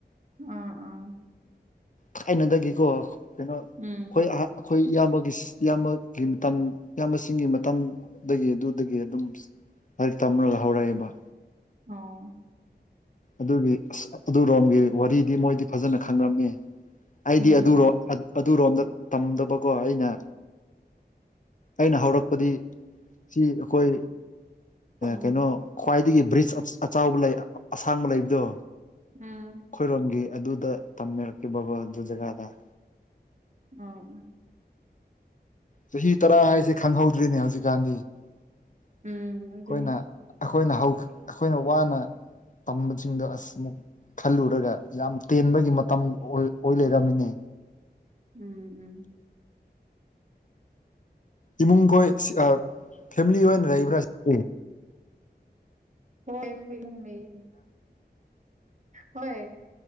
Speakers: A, on the right; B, on the left.
A: ꯑꯥ ꯑꯥ
B: ꯊꯥꯏꯅꯗꯒꯤꯀꯣ ꯀꯩꯅꯣ ꯑꯩꯈꯣꯏ
A: ꯎꯝ
B: ꯑꯍꯥ ꯑꯩꯈꯣꯏ ꯏꯌꯥꯝꯕꯒꯤ ꯏꯌꯥꯝꯕꯒꯤ ꯃꯇꯝ ꯏꯌꯥꯝꯕꯁꯤꯡꯒꯤ ꯃꯇꯝꯗꯒꯤ ꯑꯗꯨꯗꯒꯤ ꯑꯗꯨꯝ ꯍꯥꯏꯗꯤ ꯇꯝꯔꯒꯥ ꯍꯧꯔꯛꯑꯦꯕ
A: ꯑꯣ
B: ꯑꯗꯨꯒꯤ ꯑꯁ ꯑꯗꯨꯔꯣꯝꯒꯤ ꯋꯥꯔꯤꯗꯤ ꯃꯣꯏꯗꯤ ꯐꯖꯅ ꯈꯪꯔꯝꯃꯤ ꯑꯩꯗꯤ
A: ꯎꯝ
B: ꯑꯗꯨꯔꯣ
A: ꯎꯝ
B: ꯑꯗꯨꯔꯣꯝꯗ ꯇꯝꯗꯕꯀꯣ ꯑꯩꯅ ꯑꯩꯅ ꯍꯧꯔꯛꯄꯗꯤ ꯁꯤ ꯑꯩꯈꯣꯏ
A: ꯎꯝ
B: ꯀꯩꯅꯣ ꯈ꯭ꯋꯥꯏꯗꯒꯤ ꯕ꯭ꯔꯤꯖ ꯑꯆꯥꯎꯕ ꯂꯩ ꯑꯁꯥꯡꯕ ꯂꯩꯕꯗꯣ
A: ꯎꯝ
B: ꯑꯩꯈꯣꯏꯔꯣꯝꯒꯤ ꯑꯗꯨꯗ ꯇꯝꯃꯤꯔꯛꯀꯤꯕꯀꫭ ꯑꯗꯨ ꯖꯒꯥꯗ
A: ꯎꯝ
B: ꯆꯍꯤ ꯇꯔꯥ ꯍꯥꯏꯁꯦ ꯈꯪꯍꯧꯗ꯭ꯔꯤꯅꯦ ꯍꯧꯖꯤꯛꯀꯥꯟꯗꯤ ꯑꯩꯈꯣꯏꯅ
A: ꯎꯝ ꯑꯗꯨꯅꯤ
B: ꯑꯩꯈꯣꯏꯅ ꯍꯧ ꯑꯩꯈꯣꯏꯅ ꯋꯥꯅ ꯇꯝꯕꯁꯤꯡꯗꯣ ꯑꯁ ꯑꯃꯨꯛ ꯈꯜꯂꯨꯔꯒ ꯌꯥꯝ ꯇꯦꯟꯕꯒꯤ ꯃꯇꯝ ꯑꯣꯏ ꯑꯣꯏ ꯂꯩꯔꯝꯃꯤꯅꯤ
A: ꯎꯝ ꯎꯝ
B: ꯏꯃꯨꯡꯈꯣꯏ ꯁꯤ ꯑꯥ ꯐꯦꯃꯤꯂꯤ ꯂꫭꯏꯅ ꯂꯩꯕ꯭ꯔꯥ ꯁꯤꯗꯤ
A: ꯍꯣꯏ ꯍꯣꯏ ꯂꯩ ꯍꯣꯏ